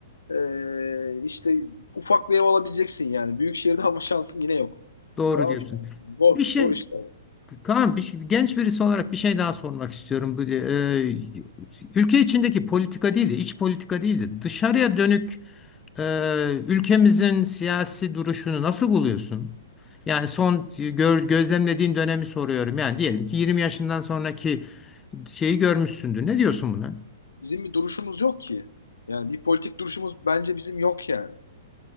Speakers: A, on the left (about 80°); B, on the left (about 20°).
A: Ee, işte ufak bir ev alabileceksin yani. Büyük şehirde <laughs> alma şansın yine yok.
B: Doğru
A: Falan
B: diyorsun.
A: filan. Zor,
B: Bir şey
A: zor işte.
B: Kaan, bir, şey- genç birisi olarak bir şey daha sormak istiyorum. Bu, e, ülke içindeki politika değil de iç politika değil de dışarıya dönük e, ülkemizin siyasi duruşunu nasıl buluyorsun? Yani son gör, gözlemlediğin dönemi soruyorum. Yani diyelim ki 20 yaşından sonraki şeyi görmüşsündür. Ne diyorsun buna?
A: Bizim bir duruşumuz yok ki. Yani bir politik duruşumuz bence bizim yok yani.